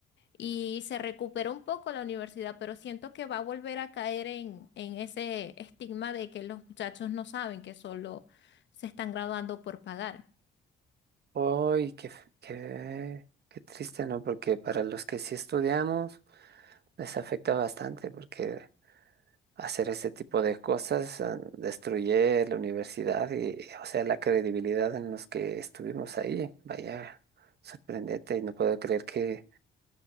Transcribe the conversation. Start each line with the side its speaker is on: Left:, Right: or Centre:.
Left: y se recuperó un poco la universidad, pero siento que va a volver a caer en, en ese estigma de que los muchachos no saben que solo se están graduando por pagar.
Right: Uy, qué, f- qué, qué triste, ¿no? Porque para los que sí estudiamos les afecta bastante porque hacer ese tipo de cosas eh, destruye la universidad y, o sea, la credibilidad en los que estuvimos ahí. Vaya, sorprendente y no puedo creer que